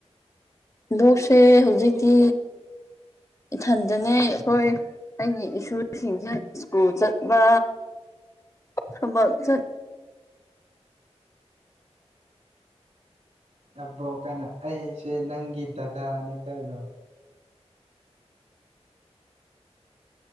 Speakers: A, on the left; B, on the right.
A: ꯑꯗꯨꯁꯦ ꯍꯧꯖꯤꯛꯇꯤ ꯏꯊꯟꯗꯅꯦ ꯑꯩꯈꯣꯏ꯫ ꯑꯩꯒꯤ ꯏꯁꯨꯁꯤꯡꯁꯦ ꯁ꯭ꯀꯨꯜ ꯆꯠꯄ ꯊꯕꯛ ꯆꯠ꯫
B: ꯑꯕꯣꯛ ꯀꯥꯏꯅ ꯑꯩꯁꯦ ꯅꯪꯒꯤ ꯗꯗꯥꯅꯦ ꯀꯩꯅꯣ꯫